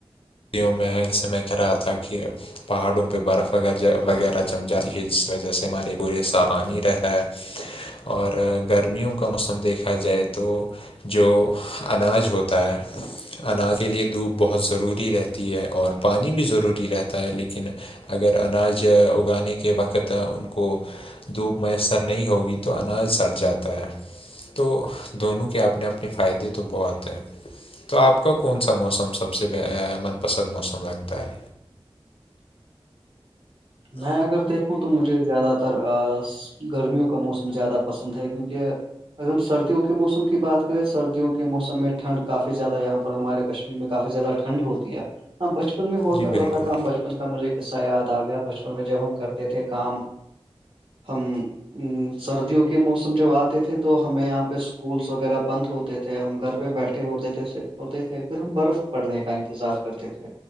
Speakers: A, on the left; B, on the right.
A: یوں میں اسسے میں کہہ رہا تھا کہ پہاڑوں پہ برف وغیرہ جم جاتی ہے جس وجہ سے ہمارے پورے سا پانی رہتا ہے اور گرمیوں کا موسم دیکھا جائے تو جو اناج ہوتا ہے اناج کے لیے دھوپ بہت ضروری رہتی ہے اور پانی بھی ضروری رہتا ہے لیکن اگر اناج اگانے کے وقت ان کو دھوپ میسر نہیں ہوگی تو اناج سٹ جاتا ہے تو دونوں کے اپنے اپنے فائدے تو بہت ہیں تو آپ کا کون سا موسم سب سے من پسند موسم لگتا ہے
B: میں اگر دیکھوں تو مجھے زیادہ تر گرمیوں کا موسم زیادہ پسند ہے کیونکہ اگر ہم سردی کے موسم کی بات کریں سردیوں کے موسم میں ٹھڈ کافی زیادہ یہاں پر ہمارے کشیر میں کافی زیادہ ٹھنڈ ہوتی ہے ہ بچپن میں ہوا
A: جی
B: کرتا
A: بالکل
B: تھا کا ہم بچپن کا مجھے کصہ یاد آ گیا بچپن میں جب ہم کرتے تھے کام ہم ا سردیوں کے موسم جب آتے تھے تو ہمیں یہاں پہ اسکولس وغیرہ بند ہوتے تھے ہم گھر پہ بیٹھے ہوتے تھے ہوتے تھے پھر ہم برف پڑنے کا انتظار کرتے تھے